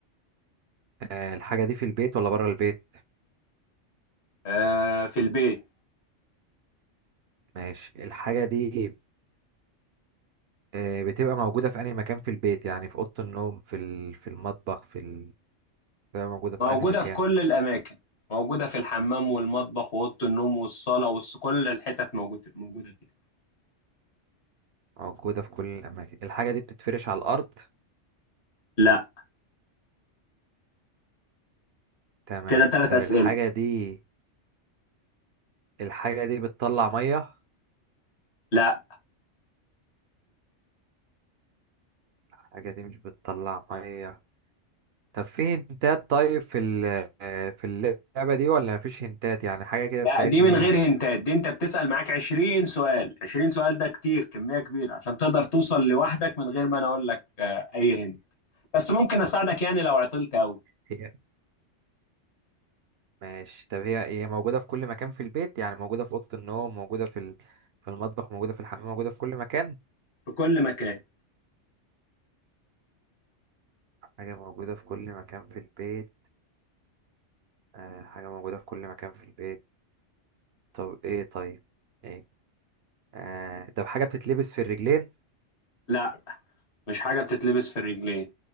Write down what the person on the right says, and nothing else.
آه الحاجة دي في البيت ولا بره البيت
ماشي الحاجة دي آه بتبقى موجودة في أي مكان في البيت يعني في أوضة النوم في ال... في المطبخ في ال... بتبقى موجودة في
أي مكان
موجودة في كل الأماكن الحاجة دي بتتفرش على الأرض
تمام
طب
الحاجة دي الحاجة دي بتطلع مية
الحاجة دي مش بتطلع مية طب في هنتات طيب في ال- في اللعبة دي ولا مفيش هنتات يعني حاجة كده
تساعدني
بيها
هي ماشي طب هي هي موجودة في كل مكان في البيت يعني موجودة في أوضة النوم موجودة في ال- في المطبخ موجودة في الحمام موجودة في كل مكان
حاجة موجودة في كل مكان في البيت آه حاجة موجودة في كل مكان في البيت طب ايه طيب ايه آه طب حاجة بتتلبس في الرجلين